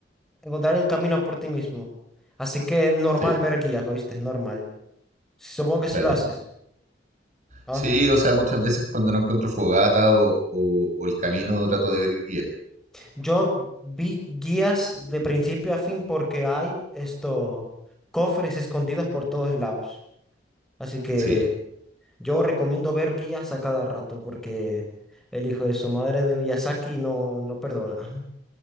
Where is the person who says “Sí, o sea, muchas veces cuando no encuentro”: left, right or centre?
Right